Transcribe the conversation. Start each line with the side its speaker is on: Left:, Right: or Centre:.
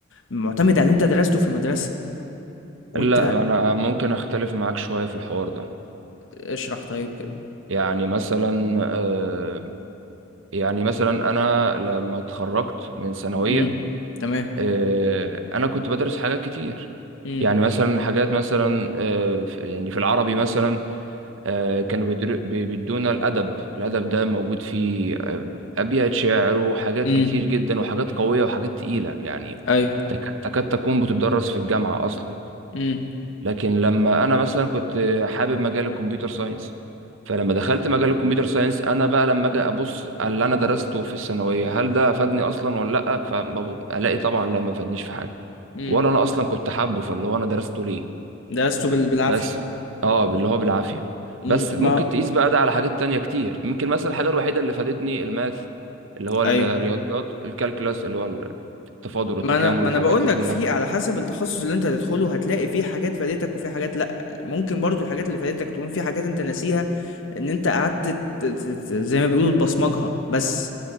Left: معتمد على اللي انت درسته في المدرسة وانت
Right: لا انا ممكن اختلف معاك شويه في الحوار ده
Left: اشرح طيب كده
Right: يعني مثلا آه، يعني مثلا انا لما اتخرجت من ثانويه
Left: امم تمام
Right: آه، انا كنت بدرس حاجات كتير
Left: امم
Right: يعني مثلا حاجات مثلا آه، في- يعني في العربي مثلا آه، كانوا بيدر- بي- بيدونا الأدب الأدب ده موجود فيه آه، أبيات شعر وحاجات
Left: امم
Right: كتير جدا وحاجات قوية وحاجات تقيلة يعني
Left: ايوه
Right: تك- تكاد تكون بتدرس في الجامعة أصلا
Left: امم
Right: لكن لما أنا مثلا كنت آه، حابب مجال الكمبيوتر ساينس فلما دخلت مجال الكمبيوتر ساينس أنا بقى لما أجي أبص على اللي أنا درسته في الثانوية هل ده أفادني أصلا ولا لأ فألاقي طبعا لا ما فادنيش في حاجة
Left: امم
Right: ولا أنا أصلا كنت حابه فاللي هو أنا درسته ليه
Left: درسته بال... بالعافية
Right: بس اه اللي هو بالعافية
Left: م-
Right: بس ممكن
Left: ما
Right: تقيس بقى ده على حاجات تانية كتير ممكن مثلا الحاجة الوحيدة اللي فادتني الماث اللي هو الرياضيات
Left: ايوه
Right: الكالكلاس اللي هو التفاضل والتكامل
Left: ما انا ما
Right: والحاجات
Left: انا بقول
Right: دي
Left: لك
Right: كلها
Left: في على حسب التخصص اللي انت هتدخله هتلاقي في حاجات فادتك وفي حاجات لا ممكن برضو الحاجات اللي فادتك تكون في حاجات انت ناسيها ان انت قعدت ت- ت- ت- زي ما بيقولوا تبصمجها بس